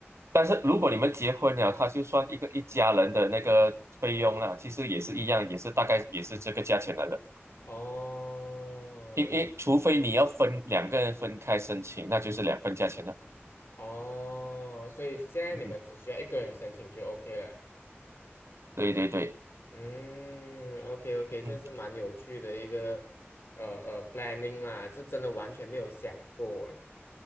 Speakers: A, on the right; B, on the left.
A: 但是如果你们结婚了，他就算一个一家人的那个费用啦，其实也是一样，也是大概也是这个价钱来的。
B: 哦
A: 因为除非你要分两个人分开申请，那就是两份价钱了。
B: 哦，所以现在你们只需要一个人申请就
A: 嗯哼
B: OK 了。
A: 对对对，
B: 嗯，OK OK，
A: 嗯，
B: 这是蛮有趣的一个呃呃 planning 啦，这真的完全没有想过诶，